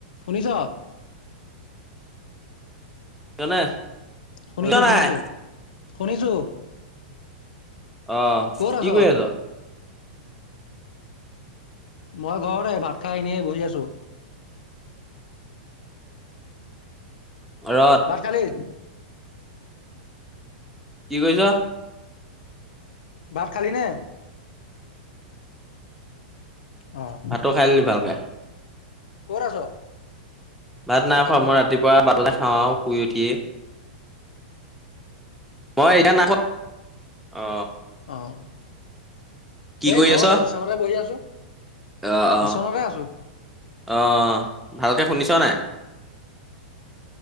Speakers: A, on the left; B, in the centre.
A: শুনিছ।
B: শুনিছনে?
A: শুনিছো
B: শুনিছ নাই?
A: শুনিছো শুনিছো
B: আহ
A: ক'ত আছ?
B: কি কৰি আছো
A: মই ঘৰতে ভাত খাই এনেই বহি আছো
B: ঘৰত।
A: ভাত খালি
B: কি কৈছ
A: ভাত খালি নে। অ'
B: ভাতটো খাই লিলি ভালকে?
A: কত আছ?
B: ভাত
A: ভাতটো
B: নাই
A: খালো।
B: খোৱা মই ৰাতিপুৱা বাটতে খাওঁ আৰু শুই উঠিয়ে। মই এই ন অ
A: অ অ
B: কি
A: এই
B: কৰি
A: ঘৰতে
B: আছ?
A: বিশ্বনাথতে বহি আছো
B: অ', অ',
A: বিশ্বনাথতে আছো
B: অ ভালকে শুনিছ নাই